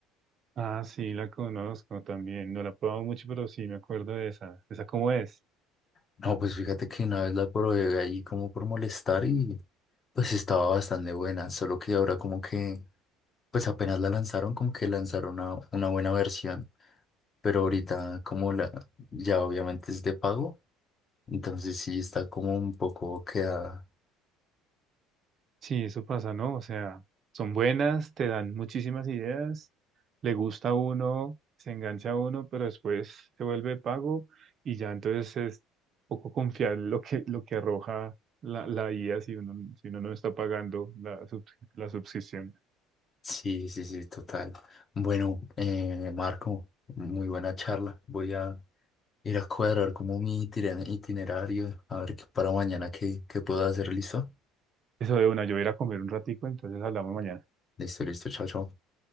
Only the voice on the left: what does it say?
No, pues fíjate que una vez la probé ahí como por molestar y pues estaba bastante buena, solo que ahora como que, pues apenas la lanzaron, como que lanzaron una, una buena versión, pero ahorita como la, ya obviamente es de pago, entonces sí está como un poco quedada.
Sí, sí, sí, total. Bueno, eh, Marco, muy buena charla. Voy a ir a cuadrar como mi itiner- itinerario, a ver qué para mañana qué, qué puedo hacer. ¿Listo?
Listo, listo. Chao, chao.